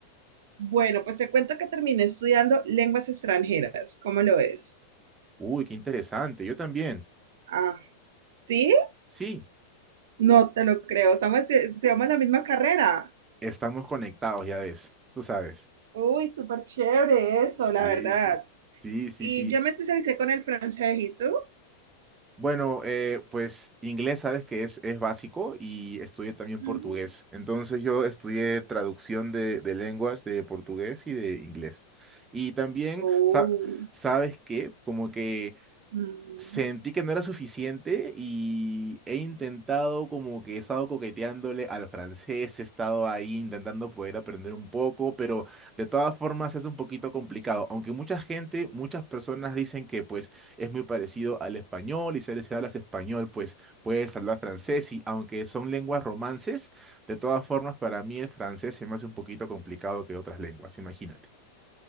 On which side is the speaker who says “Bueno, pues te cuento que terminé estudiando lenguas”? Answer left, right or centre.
Right